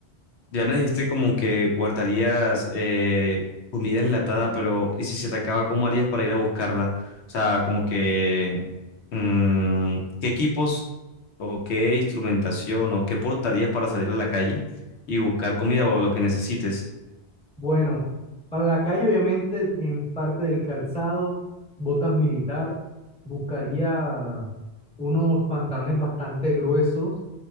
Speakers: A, on the left (about 75°); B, in the centre.
A: ya me dijiste como que guardarías eh, comida enlatada, pero ¿y si se te acaba, cómo harías para ir a buscarla? O sea, como que mm, ¿qué equipos o qué instrumentación o qué portarías para salir a la calle y buscar comida o lo que necesites?
B: Bueno, para la calle, obviamente, en parte del calzado, botas militar, buscaría unos pantalones bastante gruesos